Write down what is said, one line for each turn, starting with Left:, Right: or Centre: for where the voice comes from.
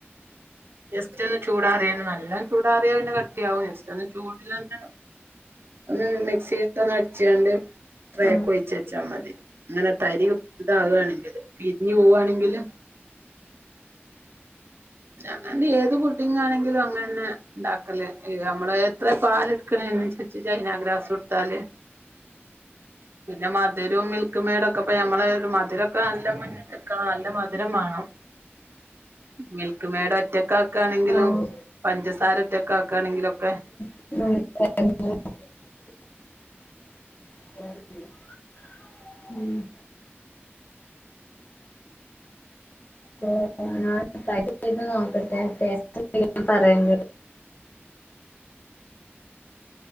Right: ജസ്റ്റ് ഒന്ന് ചൂടാറിയെ നല്ല ചൂടാറിയാ പിന്നെ കട്ടിയാവും ജസ്റ്റ് ഒന്ന് ചൂടില്ല തന്നെ ഒന്ന് മിക്സി ഇട്ട് ഒന്ന് അടിച്ചുങ്ങാണ്ട് ട്രേക്ക്
Left: ആഹ്
Right: ഒഴിച്ചു വെച്ചാ മതി അങ്ങനെ തരി ഇതകുകയാണെങ്കില് പിരിഞ്ഞു പോവുവാണെങ്കില് ഞങ്ങ ഏത് കുട്ടിങ്ങാണെങ്കിലും അങ്ങന്നെ ഉണ്ടാക്കല് നമ്മള് എത്ര പാലെടുക്കലു ജൈനാഗ്രാസുട്ടാല് പിന്നെ മധുരവും മിൽക്ക് മെയ്ഡ് ഒക്കെ പോ നമ്മളെ മധുരൊക്കെ നല്ല മുന്നി ക്കാണേ നല്ല മധുരം വേണം ഉം ക്കുമേട് ഒറ്റക്കാക്കുകയാണെങ്കിലും
Left: ആഹ്
Right: പഞ്ചസാര ഒറ്റക്കക്കുകയാണെങ്കിലൊ ക്കെ
Left: ആ <unintelligible> ഉം ആ ഞൻ ട്രൈ ചെയ്ത് നോക്കട്ടെ ടേസ്‌റ്റ് ഉണ്ടെങ്കി ഞാൻ പറയണ്ട്